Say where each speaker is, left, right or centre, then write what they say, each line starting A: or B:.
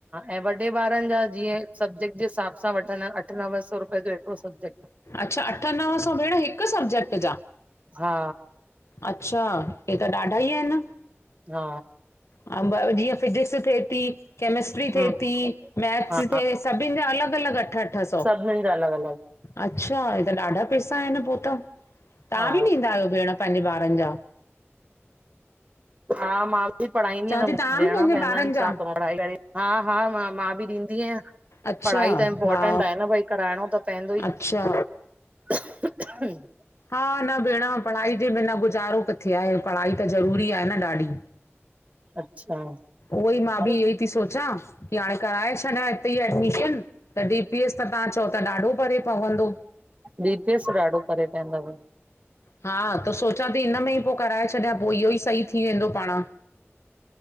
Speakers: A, on the right; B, on the left.
A: ऐं वॾे ॿारनि जा जीअं सब्जेक्ट जे हिसाब सां वठंदा आहिनि अठ नवे सौ रुपए जो हिकिड़ो सब्जेक्ट
B: अच्छा अठ, नव सौ भेण हिकु सब्जेक्ट जा
A: हा
B: अच्छा हे त ॾाढा ई आहिनि न
A: हा
B: अ जीअं फिजिक्स थिए ई केमिस्ट्री थेती,
A: हम
B: मैथ्स
A: हा
B: थे सबिनिन जा अलग-अलग अठ सौ
A: सभिनि जा अलॻि -अलॻि
B: अच्छा हे त ॾाढा पैसा आहिनि पोइ त, तव्हां
A: हा
B: बि ॾींदा आहियो भेण पंहिंजे ॿारनि जा
A: हा मां बि पढ़ाईंदी
B: चवां
A: आहियां त
B: थी
A: मूंखे
B: तव्हां
A: ॾियणा
B: बि पंहिंजे
A: पवंदा
B: ॿारनि
A: आहिनि
B: जा
A: छा करा? पढ़ाई हा -हा मां, मां बि ॾींदी आहियां
B: अच्छा
A: पढ़ाई त इम्पोर्टेंट
B: हा
A: आ न भई कराइणो त पवंदो ई।
B: अच्छा
A: अह -अह <unintelligible>
B: हा न भेण पढ़ाई जे बिना गुज़ारो किथे आ? पढ़ाई त ज़रूरी आहे न ॾाढी।
A: अच्छा
B: उएई, मां
A: हा
B: बि इहो थी सोचां की हाणे कराए छॾियां हिते ई एडमिशन! त डी पी एस त तव्हां चओ त ॾाढो परे पवंदो
A: डी पी एस ॾाढो परे पवंदव।
B: हा त सोचां थी हिन में ई पोइ कराए छॾियां पोइ इहो ई सही थी वेंदो पाण